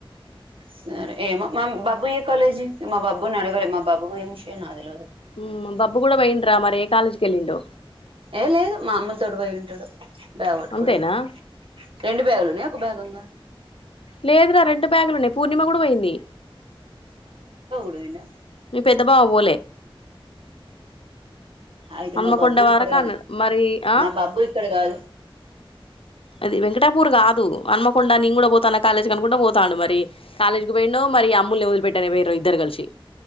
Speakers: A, on the right (about 70°); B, on the left (about 70°).
A: సరే ఏమో మా బాబు ఏ కాలేజీ మా బాబుని అడగలే మా బాబు ఏం విషయం నాకు తెలవదు
B: ఉ బబ్బు కూడ పోయంట్రా మరే కాాలేజ్ కెళ్ళిండో
A: ఏ లేదు మా అమ్మ తోడు పోయి ఉంటాడు బ్యాగ్ పట్టుకోవడానికి
B: అంతేనా
A: రెండు బ్యాగులున్నాయి ఒక బ్యాగ్ ఉందా
B: లేదురా రెండు బ్యాగులు ఉన్నయి పూర్ణిమ కూడా పోయింది
A: పోయిన
B: మె పెద్ద బావ పోలే
A: అయితే
B: హన్మకొండ
A: మా బబ్బు
B: వరకు
A: ఇక్కడ కాదు
B: అన్నాడు మరి ఆ
A: మా బబ్బు ఇక్కడ కాదు
B: అది వెంకటాపూర్ కాదు అన్మకొండ నేను కూడా పోతాన కాలేజ కనుకుంట పోతాండు మరి కాలేజ్కి పోయినో మరి అమ్ముల్ని వొదిలి పెట్టను వేరు ఇద్దరు కలిసి